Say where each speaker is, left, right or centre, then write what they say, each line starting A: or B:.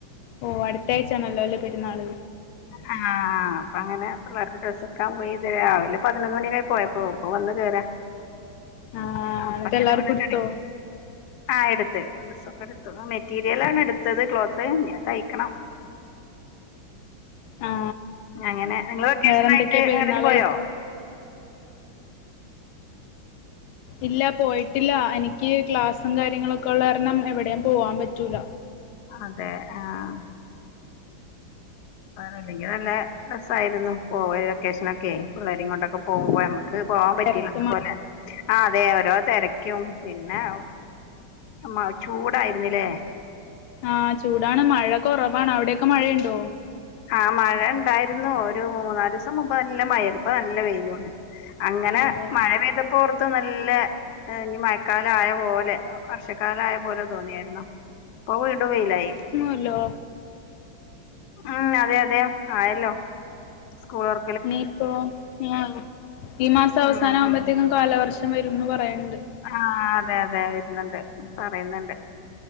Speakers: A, on the left; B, on the left.
A: ഓഹ് അടുത്തയഴ്ചാണല്ലോ അല്ലേ പെരുന്നാള്.
B: ആഹ് അപ്പങ്ങനെ പിള്ളേർക്ക് ഡ്രസ്സെടുക്കാൻ പോയിതാ, ഇന്ന് പതിനൊന്ന് മണിയൊക്കെയായി പോയപ്പോ ഇപ്പൊ വന്ന് കേറ
A: ആ
B: അപ്പൊ
A: എന്നിട്ട്
B: ഇങ്ങനെ
A: എല്ലാവർക്കും
B: ഇവിടെ
A: എടുത്തോ
B: കെടക്ക് ആഹ് എടുത്തു, ഡ്രസ്സൊക്കെടുത്തു മെറ്റീരിയലാണ് എടുത്തത്, ക്ലോത്ത് ഇനി തയ്ക്കണം.
A: ആ
B: അങ്ങനെ നിങ്ങള് വൊക്കേഷനായിട്ട്
A: വേറെന്തൊക്കെയാ പെരുന്നാളായിട്ട്
B: എങ്ങട്ടേലും പോയോ?
A: ഇല്ല പോയിട്ടില്ല എനിക്ക് ക്ലാസ്സും കാര്യങ്ങളൊക്കെ ഒള്ള കാരണം എവടേം പോവാൻ പറ്റൂല.
B: അതെ ആഹ് അല്ലെങ്കി നല്ല രസായിരുന്നു, പോയ ലൊക്കേഷനൊക്കെ പിള്ളേരേം കൊണ്ടൊക്കെ പോകുമ്പോ നമ്മ ക്ക് പോവാൻ പറ്റില്ല
A: തിരക്ക്
B: അന്ന്
A: മ-
B: പോലെ ആഹ് അതെ ഓരോ തെരയ്ക്കും പിന്നെ <unintelligible> ചൂടായിരുന്നില്ലേ?
A: ആഹ് ചൂടാണ്, മഴ കൊറവാണ്, അവിടെയൊക്കെ മഴയുണ്ടോ?
B: ആഹ് മഴണ്ടായിരുന്നു, ഒരു മൂന്നാലീസം മുമ്പ് നല്ല മഴയാരുന്നു, ഇപ്പ നല്ല വെയിലും ആണ്. അങ്ങനെ
A: അതെ
B: മഴ പെയ്തപ്പോർത്തു നല്ലെ ആഹ് ഇനി മഴക്കാലം ആയ പോലെ വർഷകാലം ആയ പോലെ തോന്നിയാരുന്നോ? ഇപ്പൊ വീണ്ടും വെയിലായി.
A: ഹലോ
B: ഉം അതെയതെ ആയല്ലോ സ്കൂളൊർ
A: ഇനിപ്പോ ആഹ് ഈ മാസവസാനാവുമ്പോത്തേക്കും
B: ഉം ഉം
A: കാലാവർഷം വരുംന്ന് പറയണണ്ട്.
B: ആഹ് അതെയതെ വരുന്നൊണ്ട്, പറയുന്നൊണ്ട്.